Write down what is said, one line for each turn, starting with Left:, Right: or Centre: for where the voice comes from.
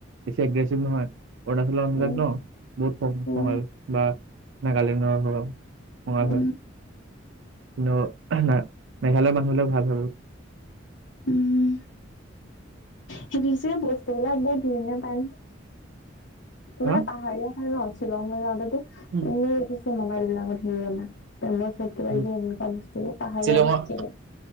Right: বেছি এগ্ৰেছিভ নহয়। অৰুণাচলৰ মানুহবিলাক
Left: উম
Right: ন' বহুত
Left: উম
Right: বা নাগালেণ্ডৰ ধৰক ধোৱা
Left: উম
Right: হয়। কিন্তু না মেঘালয়ৰ মানুহবিলাক ভাল হয় আৰু।
Left: উম। সেইটো যে বস্তুবিলাক বহুত ধুইনীয়া পায় ন'। মানে
Right: হা
Left: পাহাৰীয়া থাই ন' শ্বিলংলে যাওঁতেতো
Right: উম
Left: এনে কিছু মোবাইল বিলাক'ত হেৰি ৰন্ধা পেম ভইচত কিবা
Right: উম
Left: এইবোৰ এনেকুৱা বস্তুবোৰ পাহাৰীয়া
Right: শ্বিলঙৰ
Left: বস্তু থাকে।